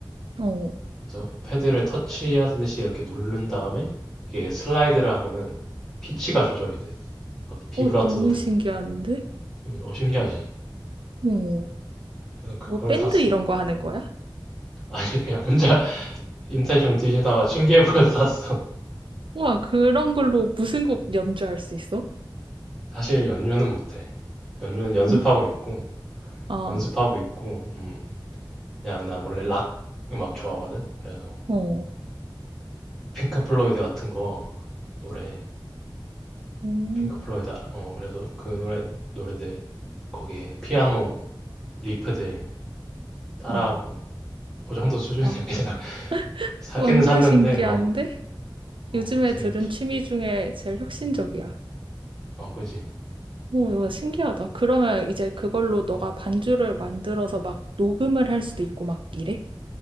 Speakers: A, on the right (about 80°); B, in the centre.
A: 어,
B: 그래서 패드를 터치하듯이 이렇게 누른 다음에 이게 슬라이드를 하면은 피치가 조절이 돼. 막 비브라토도
A: 어, 너무
B: 되고.
A: 신기한데?
B: 어 신기하지.
A: 어,
B: 그래서 그걸
A: 뭐 밴드
B: 샀어.
A: 이런 거 하는 거야?
B: <laughs> 아니 그냥 혼자 <laughs> 인터넷 좀 뒤지다가 신기해 보여서 샀어.
A: 우와, 그런 걸로 무슨 곡 연주할 수 있어?
B: 사실 연주는 못해. 연주는 연습하고
A: 응?
B: 있고,
A: 아,
B: 연습하고 있고, 음, 그냥 나 원래 락 음악 좋아하거든? 그래서
A: 어,
B: 핑크 플로이드 같은 거 노래,
A: 음,
B: 핑크 플로이드 알아? 어, 그래서 그 노래, 노래들 거기에 피아노 리프들 따라하고,
A: 어,
B: 그 정도 수준이야.
A: 아,
B: 그냥 <laughs> 사기는
A: 완전
B: 샀는데,
A: 신기한데?
B: 어, 어,
A: 요즘에
B: 재밌지.
A: 들은 취미 중에 제일 혁신적이야.
B: 음, 어, 그지.
A: 오, 이거 신기하다. 그러면 이제 그걸로 너가
B: 음.
A: 반주를 만들어서 막 녹음을 할 수도 있고 막 이래?